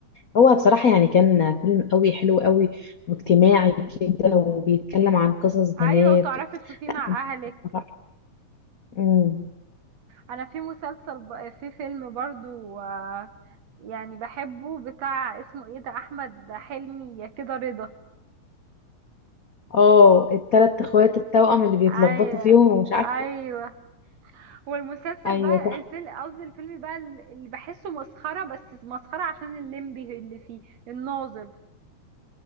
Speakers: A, on the left; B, on the right.
A: هو بصراحة يعني كان فيلم قوي حلو قوي واجتماعي كده وبيتكلم عن قصص بنات
B: ايوه وتعرفي تشوفيه
A: لا
B: مع
A: كان
B: اهلك
A: حلو بصراحة مم.
B: انا في مسلسل ب... في فيلم برضو آه، يعني بحبه بتاع اسمه ايه ده احمد حلمي يا كده رضا
A: اه التلات اخوات التوأم اللي بيتلخبطوا
B: ايوه
A: فيهم ومش عارفه
B: ايوه
A: إيه.
B: هو المسلسل
A: ايوه
B: بقى
A: تحفه
B: الفيلم قصدي الفيلم بقى اللي بحسه مسخرة بس مسخرة عشان الليمبي اللي فيه الناظر